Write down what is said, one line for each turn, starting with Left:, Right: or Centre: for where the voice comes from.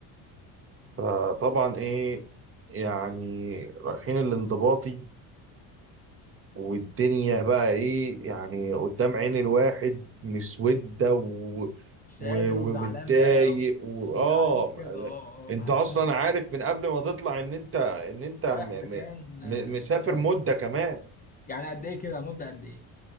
Right: فطبعا ايه يعني رايحين الانضباطي والدنيا بقى ايه يعني قدام عين الواحد مسوده و...
Left: مش
Right: و...
Left: قادر
Right: ومتضايق
Left: وزعلان بقى
Right: واه
Left: وزعلان كده اه
Right: انت
Left: اه
Right: اصلا
Left: <laughs>
Right: عارف من قبل ما تطلع ان انت ان انت م...
Left: رايح
Right: م...
Left: مكان آه،
Right: م-
Left: مش
Right: مسافر
Left: كويس
Right: مده كمان
Left: يعني قد ايه كده مدة قد ايه